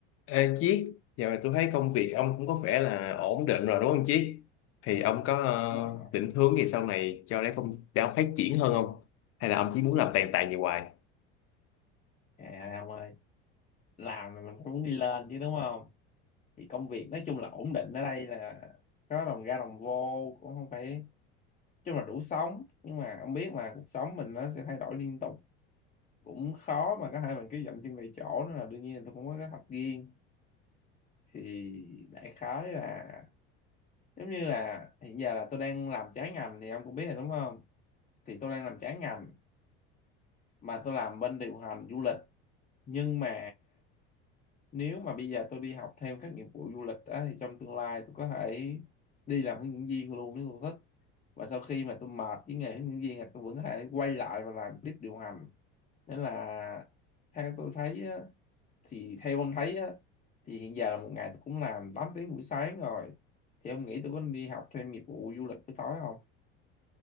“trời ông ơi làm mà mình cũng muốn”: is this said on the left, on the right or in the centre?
Left